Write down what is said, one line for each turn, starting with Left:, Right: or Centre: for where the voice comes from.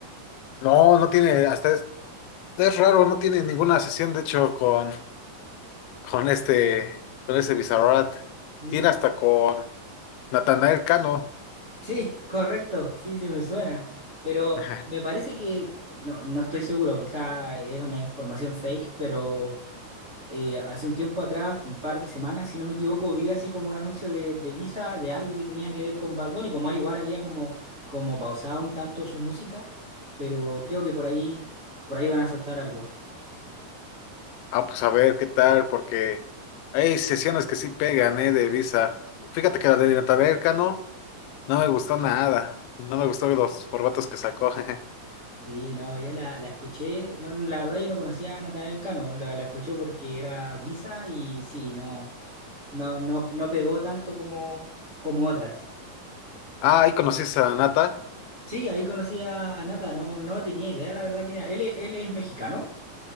Left: No, no tiene, hasta es, es raro, no tiene ninguna sesión, de hecho, con, con este, con ese Bizarrap.
Right: Sí.
Left: Tiene hasta con Natanael Cano.
Right: Sí, correcto. Sí, sí, me suena. Pero
Left: <laughs>
Right: me parece que, no, no estoy seguro, quizá es una información fake, pero eh, hace un tiempo atrás, un par de semanas, si no me equivoco, vi así como un anuncio de, de Visa de algo que tenía que ver con Bad Bunny, como él igual había como, como pausado un tanto su música, pero creo que por ahí, por ahí van a soltar algo.
Left: Ah, pues a ver qué tal, porque hay sesiones que sí pegan, ¿eh? De Visa. Fíjate que la de Natanael Cano no me gustó nada. No me gustó los formatos que sacó. <laughs>
Right: Sí, no, yo la, la escuché, no, no, la verdad yo no conocía a Natanael Cano, la, la escuché porque era Visa y sí, no, no, no, no pegó tanto como, como otras.
Left: Ah, ahí conocí a Nata.
Right: Sí, ahí conocí a, a Nata, no, no tenía idea la verdad quién era. Él, es- él es mexicano,